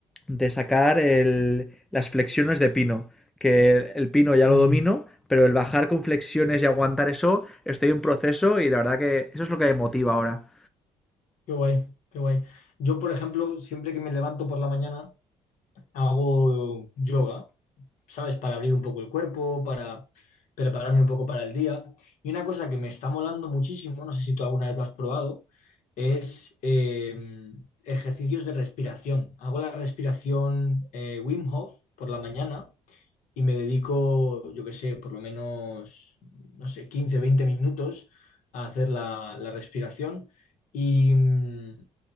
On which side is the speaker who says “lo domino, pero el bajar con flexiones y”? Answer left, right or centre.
Centre